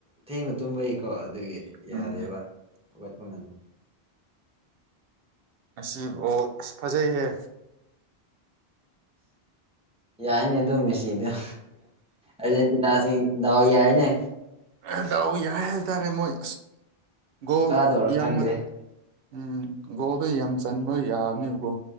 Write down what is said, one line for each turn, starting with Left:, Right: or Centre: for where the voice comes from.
Centre: ꯊꯦꯡꯅ ꯇꯨꯝꯕꯩꯀꯣ ꯑꯗꯨꯒꯤ ꯌꯥꯗꯦꯕ
Right: ꯎꯝ
Centre: ꯑꯋꯥꯠꯄ ꯉꯝꯗꯦ
Right: ꯑꯁꯤꯕꯨ ꯑꯥꯁ ꯐꯖꯩꯍꯦ
Centre: ꯌꯥꯏꯅꯦ ꯑꯗꯨꯝ ꯃꯦꯁꯤꯗꫭ ꯑꯔꯖꯦꯟꯇꯤꯅꯥ ꯑꯁꯤ ꯗꯥꯎ ꯌꯥꯏꯅꯦ꯫
Right: ꯑꯥꯑ ꯌꯥꯏ ꯍꯥꯏꯕꯥ ꯇꯔꯦ ꯃꫭꯏ ꯒꫭꯟ
Centre: ꯀꯥꯗꯧꯔꯥ
Right: ꯌꯥꯝꯅꯥ
Centre: ꯈꯪꯗꯦ
Right: ꯎꯝꯝ ꯒꯣꯜꯗꯣ ꯌꯥꯝꯅ ꯆꯟꯕ ꯌꯥꯕꯅꯦꯕꯀꯣ